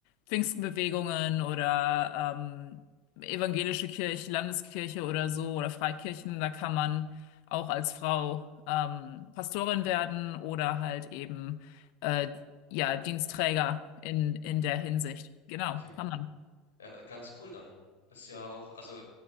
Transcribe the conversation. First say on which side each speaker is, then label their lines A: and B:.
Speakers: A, on the left; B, on the left.
A: Pfingstbewegungen oder ähm, evangelische Kirche, Landeskirche oder so oder Freikirchen, da kann man auch als Frau ähm, Pastorin werden oder halt eben äh, ja Dienststräger in in der Hinsicht. Genau,
B: Okay.
A: kann man.
B: Ja, ganz cool dann. Ist ja auch, also